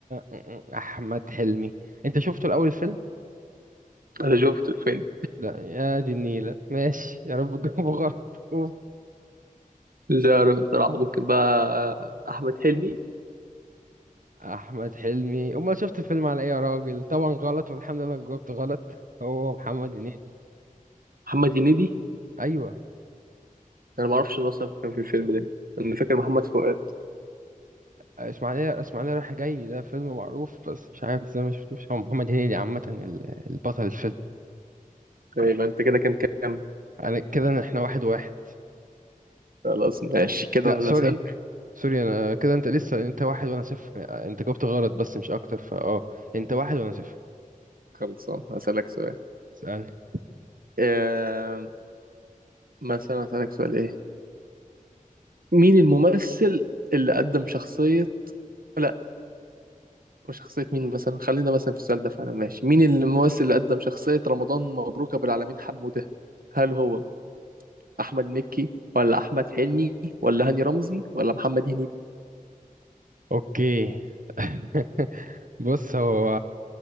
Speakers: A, on the right; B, on the right.
A: أم، احمد حلمي انت شفته الاول الفيلم
B: انا شفت الفيلم
A: لا يا دي النيلة ماشي يا رب تجاوبه غلط أوف.
B: مش عارف بصراحة ممكن بقى احمد حلمي
A: <laughs> احمد حلمي امال شفت الفيلم على ايه يا راجل طبعا غلط والحمد لله انك جاوبت غلط هو محمد هنيدي
B: محمد هنيدي
A: ايوه
B: انا ما اعرفش ان اصلا كان في الفيلم ده انا فاكر محمد فؤاد
A: اسماعيليه اسماعيليه رايح جاي ده فيلم معروف بس مش عارف ازاي ما شفتوش هو محمد هنيدي عامه ال- البطل الفيلم
B: يبقى انت كده كام كام
A: انا كده احنا واحد واحد
B: خلاص ماشي كده
A: لا
B: انا اللي
A: سوري
B: اسال
A: سوري انا كده انت لسه انت واحد وانا صفر انت جاوبت غلط بس مش اكتر فاه انت واحد وانا صفر
B: خلصان هسالك سؤال
A: اسألني
B: آم، مثلا هسالك سؤال ايه مين الممثل اللي قدم شخصية لا مش شخصية مين مثلا خلينا مثلا في السؤال ده فعلا ماشي مين الممثل اللي قدم شخصية رمضان مبروك أبو العالمين حمودة هل هو أحمد مكي ولا أحمد حلمي ولا هاني رمزي ولا محمد هنيدي
A: اوكي <laughs> بص هو